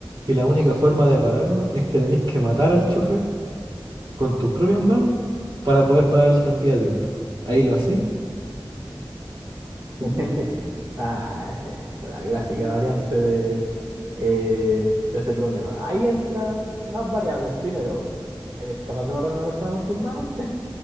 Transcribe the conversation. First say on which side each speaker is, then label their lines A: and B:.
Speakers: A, on the right; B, on the right.
A: Y la única forma de pararlo es que tenéis que matar al chofer con tus propias manos para poder parar el tranvía a tiempo. Ahí lo así.
B: <laughs> Ah, eh, la clásica variante de, eh, de ese problema. Ahí entran más variables. Primero, ¿eres capaz de matar a una persona con tus manos?